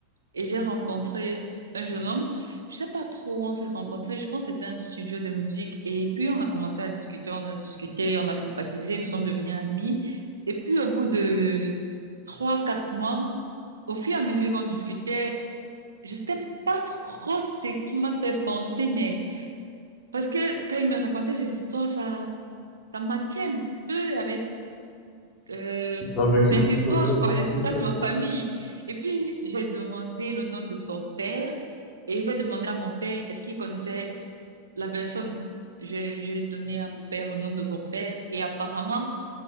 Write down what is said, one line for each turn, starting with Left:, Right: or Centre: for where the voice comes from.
Right: et j'ai rencontré un jeune homme. Je sais pas trop où on s'est rencontrés. Je pense que c'était un studio de musique. Et puis, on a commencé à discuter, on a discuté, on a sympathisé, nous sommes devenus amis. Et puis, au bout de trois, quatre mois, au fur et à mesure qu'on discutait, je sais pas trop ce qui m'a fait penser, mais parce que quand il me racontait ces histoires, ça, ça matchait un peu avec euh,
Left: Tu as vécu
Right: mes
Left: de ton
Right: histoires,
Left: côté.
Right: quoi, les
Left: Nickel.
Right: histoires de ma famille. Et puis, j'ai demandé le nom de son père et j'ai demandé à mon père est-ce qu'il connaissait la personne. J'ai, j'ai donné à mon père le nom de son père et apparemment,